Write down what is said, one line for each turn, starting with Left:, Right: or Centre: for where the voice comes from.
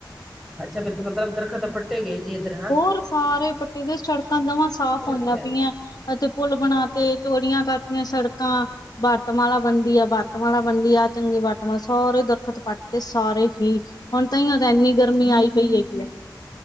Centre: ਅੱਛਾ ਮਤਲਬ ਉੱਧਰ ਦਰੱਖਤ ਪਟ ਗਏ ਜੇ ਇਧਰਾਂ
Left: ਹੋਰ ਸਾਰੇ ਪੱਟੇ ਦੇ ਸੜਕਾਂ ਦਵਾਂ ਸਾਫ਼ ਹੋਈਆਂ
Centre: ਅੱਛਾ
Left: ਪਈਆਂ।
Centre: ਜੀ
Left: ਅਤੇ ਪੁਲ ਬਣਾ ਤੇ ਚੋੜੀਆਂ ਕਰਤੀਆਂ ਸੜਕਾਂ ਵਰਤਮਾਲਾ ਬਣਦੀ ਆ, ਬਰਤਮਾਲਾ ਬਣਦੀ ਆ, ਚੰਗੇ ਵਰਤਮਾਲਾ, ਸਾਰੇ ਦਰਖਤ ਕੱਟ ਤੇ, ਸਾਰੇ ਹੀ। ਹੁਣ ਤਾਇਓ ਤਾਂ ਇੰਨੀ ਗਰਮੀ ਆਈ ਪਈ ਹੈਗੀ ਏ।